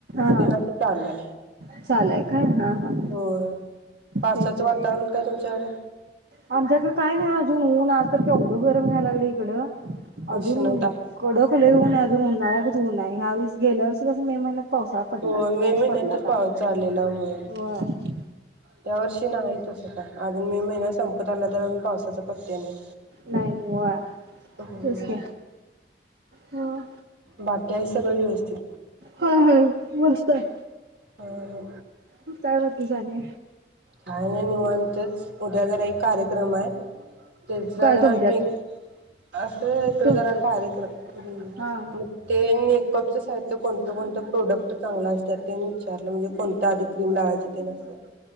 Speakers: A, on the right (about 65°); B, on the right (about 85°).
A: हा
B: ते ना अस चाललंय,
A: चालू आहे काय हा हा
B: होय पावसाचं
A: तेच
B: वातावरण काय तुमच्याकडे
A: आमच्याकडे काय नाही आज ऊन आज तर केवढ गर व्हाय लागलय इकड अजून
B: उष्णता
A: कडक लय ऊन आहे उन्हाळ्या गत ऊन आहे यावेळीस गेल्या वर्षी मे महिन्यात पावसाळा पडला
B: हो मे
A: पाऊस
B: महिन्यातच
A: पडला होता.
B: पाऊस चालेला होय
A: होय
B: त्यावर्षी नाही तसं काय अजून मे महिना संपत आला तर अजून पावसाचा पत्या नाही
A: नाही होय
B: हम्म
A: तेच की होय.
B: बाकी आहे सगळ व्यवस्थित
A: हाय हाय मस्त आहे
B: हो हो
A: तू काय म्हणतेस आणि?
B: काय नाय निवांतच, उद्या जरा एक कार्यक्रम आहे, त्याचा
A: काय
B: जरा
A: तुमच्यात
B: मेक असं इकड
A: तुमच्यात
B: जरा कार्यक्रम ह
A: हा
B: मग ते मेकअपच साहित्य कोणतं-कोणतं प्रोडक्ट चांगला असते ते विचारलं म्हणजे कोणत्या आदी क्रीम लावयचं ते न असं